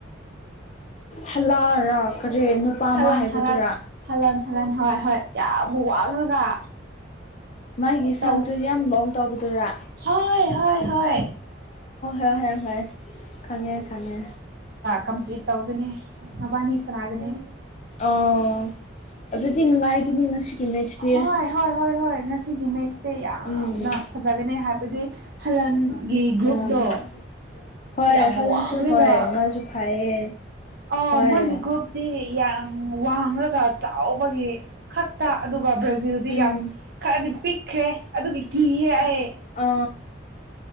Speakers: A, on the left; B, on the right.
A: ꯍꯜꯂꯥꯔꯥ ꯀꯔꯤ ꯅꯨꯄꯥ ꯑꯃ
B: ꯍꯂꯥꯟꯗ
A: ꯍꯥꯏꯕꯗꯨꯔꯥ
B: ꯍꯂꯥꯟꯗ ꯍꯂꯥꯟꯗ ꯍꯂꯥꯟꯗ ꯍꯣꯏ ꯍꯣꯏ ꯌꯥꯝ ꯋꯥꯡꯔꯒ
A: ꯃꯥꯒꯤ
B: ꯇꯧ
A: ꯁꯝꯗꯨ ꯌꯥꯝ ꯂꯣꯡ ꯇꯧꯕꯗꯨꯔꯥ
B: ꯍꯣꯢ ꯍꯣꯢ ꯍꯣꯢ
A: ꯍꯣꯢ ꯍꯣꯏ ꯍꯣꯏ ꯈꯪꯉꯦ ꯈꯪꯉꯦ
B: ꯀꯝꯄꯤꯠ ꯇꯧꯒꯅꯤ ꯃꯕꯥꯅꯤ ꯁꯥꯟꯅꯥꯒꯅꯤ
A: ꯑꯣ ꯑꯗꯨꯗꯤ ꯅꯨꯡꯉꯥꯏꯒꯅꯤ ꯉꯁꯤꯒꯤ ꯃꯦꯠꯁꯇꯤ
B: ꯍꯣꯏ ꯍꯣꯏ ꯍꯣꯏ ꯍꯣꯏ ꯉꯁꯤꯒꯤ ꯃꯦꯠꯁꯇꯤ ꯌꯥꯝꯅ
A: ꯎꯝ
B: ꯐꯖꯒꯅꯤ ꯍꯥꯏꯕꯗꯤ ꯍꯂꯟꯗ ꯒꯤ ꯒ꯭ꯔꯨꯞꯗꯣ
A: ꯎꯝ ꯍꯣꯏ
B: ꯌꯥꯝꯅ
A: ꯍꯂꯟꯁꯨ
B: ꯋꯥꯡꯂꯒ
A: ꯍꯣꯏ ꯃꯥꯁꯨ ꯐꯩꯌꯦ
B: ꯑ
A: ꯍꯣꯏ
B: ꯃꯣꯏꯒꯤ ꯒ꯭ꯔꯨꯞꯇꯤ ꯌꯥꯝ ꯋꯥꯡꯡꯂꯒ ꯆꯥꯎꯕꯒꯤ ꯈꯛ ꯇ ꯑꯗꯨꯒ ꯕ꯭ꯔꯥꯖꯤꯜꯗꯤ
A: ꯎꯝ
B: ꯌꯥꯝ ꯈꯔꯗꯤ ꯄꯤꯛꯈ꯭ꯔꯦ ꯑꯗꯨꯒꯤ ꯀꯤꯍꯦ ꯑꯩ
A: ꯑ